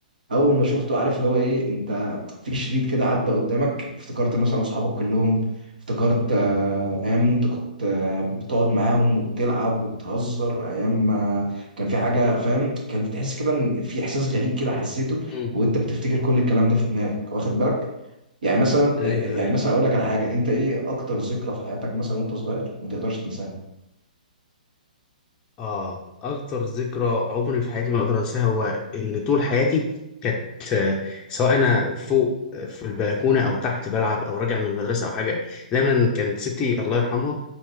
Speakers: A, on the right; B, on the left.
A: اول ما شفته عارف اللي هو ايه انت في شريط كده عدى قدامك افتكرت مثلا صحابك كلهم افتكرت آه، ايام انت كنت آه، بتقعد معاهم وبتلعب وبتهزر ايام ما كان في حاجه فاهم كان بتحس كده ان في احساس غريب كده حسيته
B: امم
A: وانت بتفتكر كل الكلام ده في دماغك واخد بالك يعني مثلا
B: ايوه
A: آه، يعني
B: ايوه
A: مثلا اقول لك على حاجه انت ايه اكتر ذكرى في حياتك مثلا وانت صغير ما تقدرش تنساها
B: اه اكتر ذكرى عمري في حياتي ما اقدر انساها هو ان طول حياتي كانت آه، سواء انا فوق آه، في البلكونه او تحت بلعب او راجع من المدرسه او حاجه دايما كانت ستي الله يرحمها